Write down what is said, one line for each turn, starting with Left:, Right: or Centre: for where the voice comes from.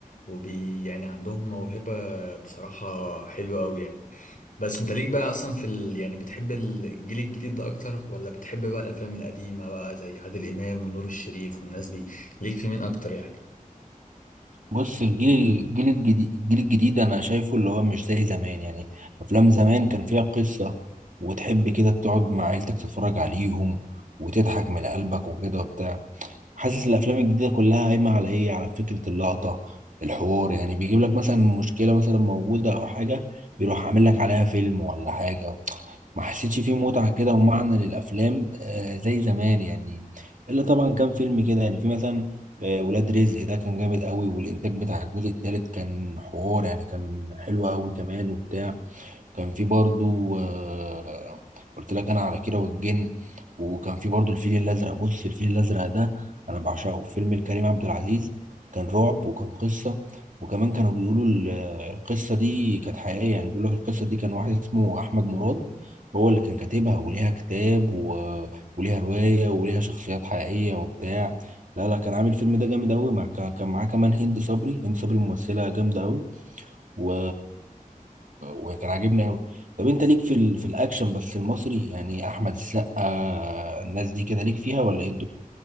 Left: وبي يعني عندهم موهبة بصراحة حلوة أوي يعني بس انت ليك بقى اصلا في ال... يعني بتحب الجيل الجديد ده اكتر ولا بتحب بقى الافلام القديمة بقى زي عادل امام ونور الشريف والناس دي ليك في مين اكتر يعني
Right: بص الجيل الجيل الجديد الجيل الجديد انا شايفه اللي هو مش زي زمان يعني افلام زمان كان فيها قصة وتحب كده تقعد مع عيلتك تتفرج عليهم وتضحك من قلبك وكده وبتاع حاسس الافلام الجديده كلها قايمه على ايه على فكره اللقطه الحوار يعني بيجيب لك مثلا مشكله مثلا موجوده او حاجه بيروح عامل لك عليها فيلم ولا حاجه ما حسيتش فيه متعه كده ومعنى للافلام آه زي زمان يعني الا طبعا كان فيلم كده يعني في مثلا آه ولاد رزق ده كان جامد قوي والانتاج بتاع الجزء الثالث كان حوار يعني كان حلو قوي كمان وبتاع كان في برضو آه، قلت لك انا على كيرة والجن وكان في برضو الفيل الازرق بص الفيل الازرق ده انا بعشقه فيلم لكريم عبد العزيز كان رعب وكان قصة وكمان كانوا بيقولوا ال- القصة دي كانت حقيقية يعني بيقول لك القصة دي كان واحد اسمه احمد مراد هو اللي كان كاتبها وليها كتاب و... وليها رواية وليها شخصيات حقيقية وبتاع لا لا كان عامل الفيلم ده جامد قوي مع... كان معاه كمان هند صبري هند صبري ممثلة جامدة قوي و... وكان عاجبني قوي طب انت ليك في ال... في الاكشن بس المصري يعني احمد السقا الناس دي كده ليك فيها ولا ايه الدنيا؟